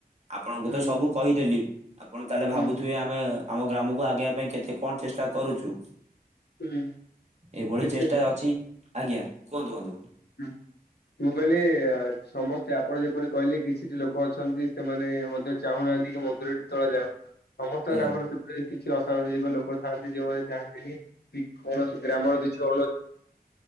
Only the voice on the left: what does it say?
ହୁଁ
ହୁଁ
ହୁଁ
ନିଶ୍ଚିନ୍ତ
<unintelligible> ମୁଁ କହିଲି ସମସ୍ତେ, ଆପଣ ଯେପରି କହିଲେ କିଛିଟି ଲୋକ ଅଛନ୍ତି ସେମାନେ ମଧ୍ୟ ଚାହୁଁନାହାନ୍ତି କି ମନ୍ଦିରଟି ତଳେ ଯାଉ ସମସ୍ତଙ୍କ
ଗ୍ରାମରେ ରେ କିଛି ଅସାଜରିକ ଲୋକ ଥାନ୍ତି ଯୋଉମାନେ ଚାହାନ୍ତିନି। କୌଣସି ଗ୍ରାମର କିଛି <unintelligible>